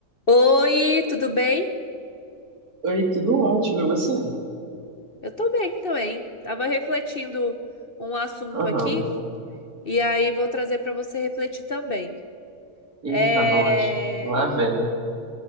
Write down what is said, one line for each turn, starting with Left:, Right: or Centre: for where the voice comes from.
Left: Oi, tudo bem?
Right: Oi, tudo ótimo, e você?
Left: Eu tô bem também. Tava refletindo um assunto
Right: Aham.
Left: aqui e aí vou trazer para você refletir também.
Right: Eita,
Left: É...
Right: nós. Lá vem.